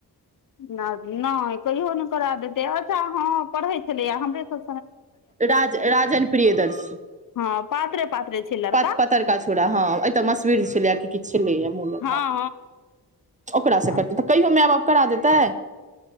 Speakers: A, on the left; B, on the right.
A: नहि नहि कहियो नहि करा देते अच्छा हँ पढ़ै छलैए हमरे तऽ
B: राज राजन प्रियदर्श
A: हँ पातरे पातरे छै लड़का
B: प पतरका छौड़ा हँ एतऽ मशीर छलैया कि छलैए मुदा
A: हँ
B: ओकरासँ
A: हँ
B: करतै तऽ कहियो माय बाप करा देतै